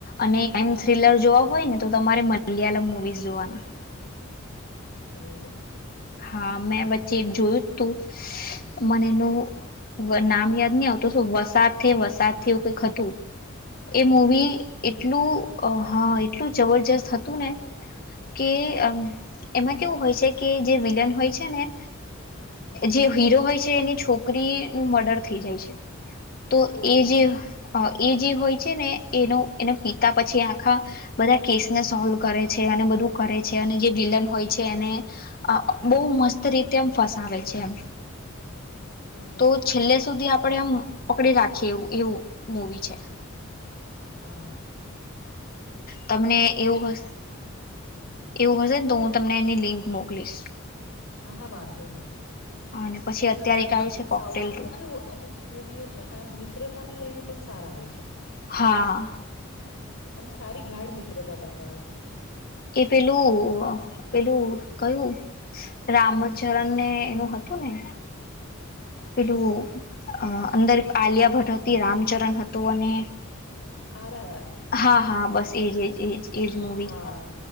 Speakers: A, on the left (about 45°); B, on the left (about 65°).
A: અને ટાઈમ થ્રિલર જોવા હોય ને તો તમારે મલયાલમ મુવી જોવાના.
B: એવું?
A: હા મેં વચ્ચે જોયું હતું, મને એનું નામ યાદ નહી આવતું વસા વસાવું કઈક હતું. મૂવી એટલું
B: એવું
A: હા એટલું જબરજસ્ત હતું ને, કે એમાં કેવું હોય છે કે જે વિલન હોય છે ને જે હીરો હોય છે એની છોકરીનું મર્ડર થઈ જાય છે. તો
B: ઓહો
A: એ જે હોય. એ જે હોય છે ને એનો એને પિતા પછી આખા બધા કેસને સોલ્વ કરે છે અને બધું કરે છે અને જે વિલન હોય છે એને આ બહુ મસ્ત રીતે એમ ફસાવે છે એમ.
B: હ હા
A: તો છેલ્લે સુધી આપ આપણે આમ પકડી રાખીએ એવું એવું મૂવી છે.
B: હા.
A: તમને
B: અને
A: એવું હશ. એવું હશે
B: અ
A: ને હું તમને એની લિંક. મોકલીશ.
B: હા હા, વાંધો નઈ.
A: અને પછી અત્યારે
B: અને
A: એક આવ્યું છે કોકટેલ
B: સાઉથમાં
A: ટુ
B: તો કેવું અમુક મૂવીઓ છેને એમ મિત્રતાને લઈને પણ સારા હોય છે.
A: હા.
B: આમ સારી ગાઢ મિત્રતા બતાવે
A: એ પેલું પેલું કયું રામચરણને એનું હતું ને પેલું અંદર આલિયા ભટ્ટ હતી રામચરણ હતું અને
B: આર આર આર
A: હા હા બસ એજ એજ એજ એજ મુવી
B: હા